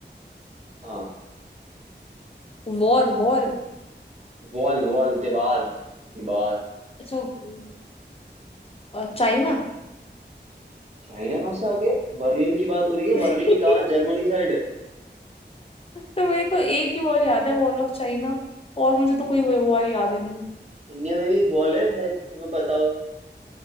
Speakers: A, on the right (about 35°); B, on the left (about 30°).
A: हाँ
B: War war
A: वॉल वॉल दीवार दीवार
B: अच्छा वो- अ, चाइना
A: चाइना कहाँ से आ गया बर्लिन की बात हो रही है
B: <laughs>
A: बर्लिन कहाँ Germany side
B: तो मेरे को एक ही वॉर याद है वॉर ऑफ चाइना और मुझे तो कोई वॉर याद ही नहीं
A: इंडिया में भी एक बॉल है शायद तुम्हें पता हो